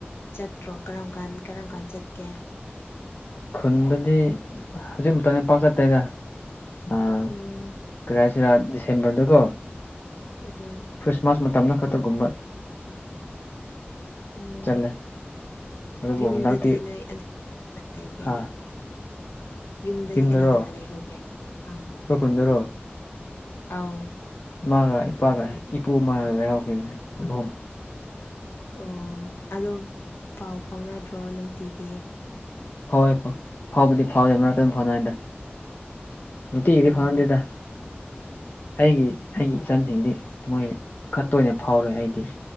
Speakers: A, on the left (about 70°); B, on the left (about 50°).
A: ꯆꯠꯇ꯭ꯔꯣ ꯀꯔꯝ ꯀꯥꯟ ꯀꯔꯝ ꯀꯥꯟ ꯆꯠꯀꯦ
B: ꯈꯨꯟꯗꯗꯤ ꯍꯧꯖꯤꯛ ꯃꯇ ꯝꯗꯤ ꯄꯥꯛ ꯆꯠꯇꯦꯗ ꯑꯥ
A: ꯎꯝ
B: ꯀꯔꯤ ꯍꯥꯏꯁꯤꯔꯥ ꯗꯤꯁꯦꯝꯕꯔꯗꯀꯣ
A: ꯎꯝ
B: ꯈ꯭ꯔꯤꯁꯃꯥꯁ ꯃꯇꯝꯗ ꯈꯛꯇꯒꯨꯝꯕ
A: ꯎꯝ
B: ꯆꯠꯂꯦ ꯑꯗꯨꯕꯨ
A: ꯌꯨꯝꯗꯗꯤ
B: ꯍꯟꯗꯛꯇꯤ
A: ꯅꯣꯏ ꯑꯗꯨ ꯀꯅ ꯂꯩꯒꯦ
B: ꯍꯥ
A: ꯌꯨꯝꯗꯗꯤ
B: ꯌꯨꯝꯗꯔꯣ
A: ꯀꯅꯥ ꯀꯅꯥ ꯂꯩꯍꯧꯒꯦ ꯑꯥ
B: ꯑꯩꯈꯣꯏ ꯈꯨꯟꯗꯔꯣ
A: ꯑꯥꯎ
B: ꯏꯃꯥꯒ ꯏꯄꯥꯒ ꯏꯄꯨ ꯃꯥꯟꯅꯕ ꯌꯥꯎꯈꯤꯕꯅꯦ ꯃꯣꯏꯍꯨꯝ
A: ꯑꯣ ꯑꯗꯨꯝ ꯄꯥꯎ ꯐꯥꯎꯅꯗ꯭ꯔꯣ ꯅꯨꯡꯇꯤꯒꯤ
B: ꯐꯥꯎꯋꯦ ꯐꯥꯎꯕꯨꯗꯤ ꯐꯥꯎꯋꯦ ꯃꯔꯛꯇ ꯑꯗꯨꯝ ꯐꯥꯎꯅꯩꯗ ꯅꯨꯡꯇꯤꯒꯤꯗꯤ
A: ꯎꯝ
B: ꯐꯥꯎꯅꯗꯦꯗ ꯑꯩꯒꯤ ꯑꯩꯒꯤ ꯏꯆꯟꯁꯤꯡꯗꯤ ꯃꯣꯏ ꯈꯔ ꯇꯣꯏꯅ ꯐꯥꯎꯔꯦ ꯑꯩꯗꯤ